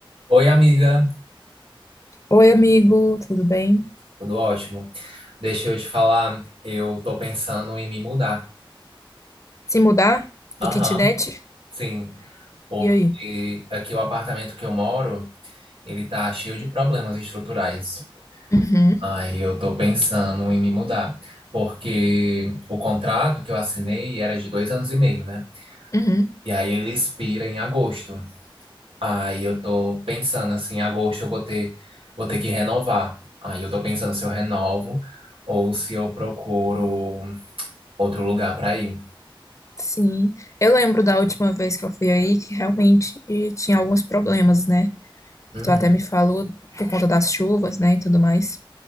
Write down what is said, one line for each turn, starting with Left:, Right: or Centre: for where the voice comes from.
Right: Oi, amiga,
Left: Oi, amigo, tudo bem?
Right: tudo ótimo. Deixa eu te falar, eu tô pensando em me mudar.
Left: Se mudar
Right: Aham,
Left: do kitnet?
Right: sim, porque
Left: E aí?
Right: aqui o apartamento que eu moro, ele tá cheio de problemas estruturais.
Left: Uhum,
Right: Aí eu tô pensando em me mudar, porque o contrato que eu assinei era de dois anos e meio, né?
Left: uhum.
Right: E aí ele expira em agosto. Aí eu tô pensando assim, em agosto eu vou ter, vou ter que renovar. Aí eu tô pensando se eu renovo ou se eu procuro Outro lugar para ir.
Left: Sim, eu lembro da última vez que eu fui aí que realmente tinha alguns problemas, né?
Right: Uhum.
Left: Que Tu até me falou por conta das chuvas, né, e tudo mais.